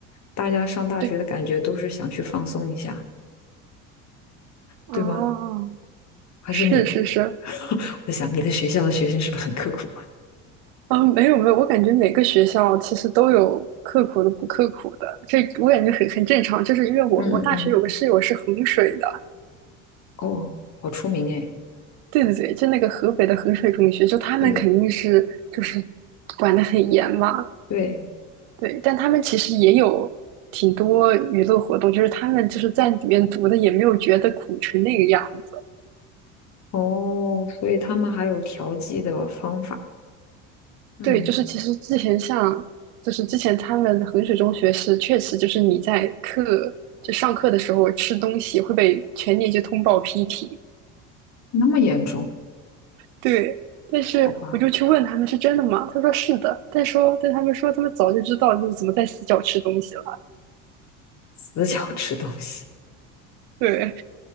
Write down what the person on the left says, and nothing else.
大家上大学的感觉都是想去放松一下，
对吗？还是你？
<laughs> 我在想，你的学校的学生是不是很刻苦？
嗯嗯嗯，哦，好出名哎，
对
对，
哦，所以他们还有调剂的方法，嗯，
那么严重，
好吧，
死角 <laughs> 吃东西，